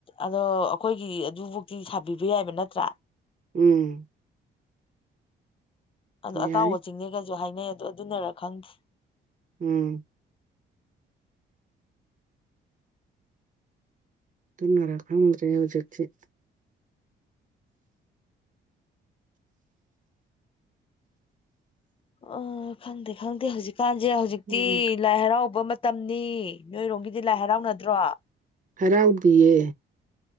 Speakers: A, on the left; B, on the right.
A: ꯑꯗꯣ ꯑꯩꯈꯣꯏꯒꯤ ꯑꯗꯨꯕꯨꯧꯇꯤ ꯁꯥꯕꯤꯕ ꯌꯥꯏꯕ ꯅꯠꯇ꯭ꯔꯥ
B: ꯎꯝ
A: ꯑꯗꯣ
B: ꯌꯥꯏ
A: ꯑꯇꯥꯎꯕ ꯆꯤꯡꯅꯦꯒꯁꯨ ꯍꯥꯏꯅꯩ ꯑꯗꯣ ꯑꯗꯨꯅꯔꯥ ꯈꯪꯗꯦ
B: ꯎꯝ ꯇꯨꯅꯔ ꯈꯪꯗ꯭ꯔꯦ ꯍꯧꯖꯤꯛꯇꯁꯤꯤ
A: ꯑ ꯈꯪꯗꯦ ꯈꯪꯗꯦ ꯍꯧꯖꯤꯛꯀꯥꯟꯁꯦ ꯍꯧꯖꯤꯛꯇꯤ
B: ꯎꯝ
A: ꯂꯥꯏ ꯍꯔꯥꯎꯕ ꯃꯇꯝꯅꯤ ꯅꯣꯏꯔꯣꯝꯒꯤꯗꯤ ꯂꯥꯏ ꯍꯔꯥꯎꯅꯗ꯭ꯔꯣ
B: ꯍꯔꯥꯎꯕꯤꯌꯦ